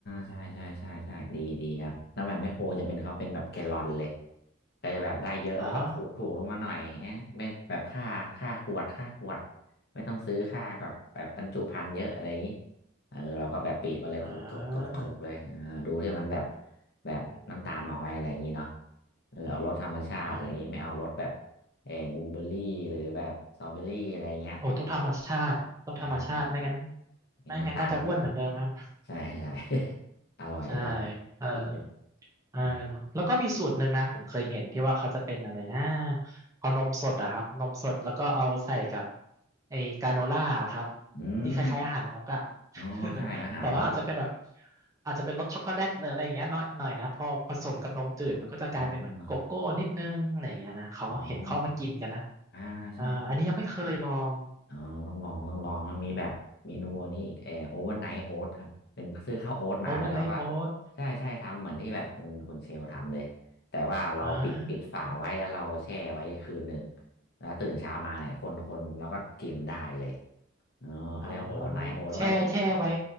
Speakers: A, on the left (about 50°); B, on the right (about 15°).
A: ใช่ใช่ใช่ใช่ดีดีครับสมัยแมคโครจะเป็นเขาเป็นแบบแกลลอนเลยก็จะแบบได้เยอะแบบถูกถูกลงมาหน่อยอย่างเงี้ยเป็นแบบค่าค่าขวดค่าขวด
B: เนาะ
A: ไม่ต้องซื้อค่าแบบแบบบรรจุภัณฑ์เยอะอะไรอย่างงี้เออเราก็แบบปีบอะไรโขกโขกโขกโขกเลยเออดูที่มันแบบ
B: อ่า
A: แบบน้ำตาน้อยอะไรอย่างงี้เนาะ
B: อืม
A: เออเอารสธรรมชาติอะไรอย่างงี้ไม่เอารสแบบ
B: อ่า
A: เออบลูเบอร์รี่หรือแบบสตรอเบอรี่อะไรเงี้ยเออ
B: โอ้ต้องธรรมชาติต้องธรรมชาติไม่งั้น
A: อ่าอ่า เห็นน้ำตาลพุ่ง
B: ไม่งั้นน่าจะอ้วนเหมือนเดิมครับ
A: ใช่ใช่ <laughs> อร่อยนะ
B: ใช่เออ
A: กินเยอะ
B: เออแล้วแล้วก็มีสูตรหนึ่งนะผมเคยเห็นที่ว่าเขาจะเป็นอะไรนะ
A: อืม
B: เอานมสดอะครับนมสดแล้วก็เอาใส่กับไอ้กราโนล่าครับ
A: อืม
B: ที่คล้ายๆอาหารนกอะ <laughs>
A: อ๋อใช่อาหารนก
B: แต่ว่าอาจจะเป็นแบบอาจจะเป็นรสช็อกโกแลตหรืออะไรอย่างเงี้ยหน่อยหน่อยนะพอผสมกับนมจืดมันก็จะกลายเป็นเหมือนโกโก้นิดนึงอะไรอย่างเงี้ยนะเขาเห็นเขามากินกันนะ
A: อืมอ๋ออ๋ออ่าใช่ใช่
B: เอออันนี้ยังไม่เคยลอง
A: อ๋อต้องลองต้องลองมันมีแบบเมนูอันนี้อีกเออโอเวอร์ไนท์โอ๊ตครับเป็นซื้อข้าวโอ๊ตมาแล้วเราก็
B: โอเวอร์ไนท์โอ๊ต
A: ใช่ใช่ทำเหมือนที่แบบคุณคุณเชลทำเลยแต่ว่าเราปิดปิดฝาไว้แล้วเราแช่ไว้คืนหนึ่ง
B: อ่า
A: แล้วตื่นเช้ามาเนี่ยคนคนเราก็กินได้เลย เออเขาเรียกโอไนโอแล้วก็อิ่มอีก
B: อ๋อแช่แช่ไว้